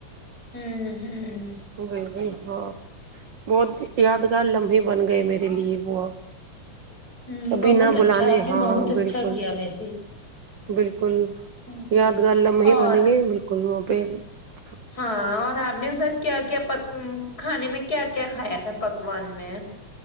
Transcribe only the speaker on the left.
ہوں ہوں
ہوں
بہت
اچھا
آپ نے
بہت
اچھا
کیا ویسے
اوکے
اور
ہاں اور آپ نے ادھر کیا کیا پ کھانے میں کیا کیا کھایا تھا پکوان میں